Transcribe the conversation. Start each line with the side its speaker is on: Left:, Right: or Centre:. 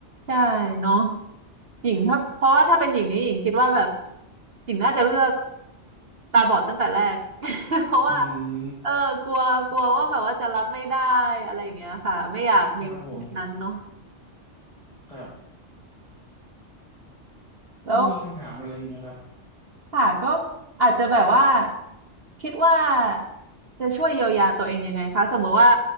Right: ใช่เนาะหญิงถ้าเพราะว่าถ้าเป็นหญิงนี่หญิงคิดว่าแบบหญิงน่าจะเลือกตาบอดตั้งแต่แรก <laughs> เพราะว่า
Left: อืม
Right: เออกลัวกลัวว่าแบบว่าจะรับไม่ได้อะไรอย่างเงี้ยค่ะไม่อยากมีแบบนั้นเนาะ
Left: ครับผมครับ
Right: แล้ว
Left: แล้วมีคำถามอะไรอีกไหมครับ
Right: ค่ะก็อาจจะแบบว่าคิดว่าจะช่วยเยียวยาตัวเองยังไงคะสมมุติว่า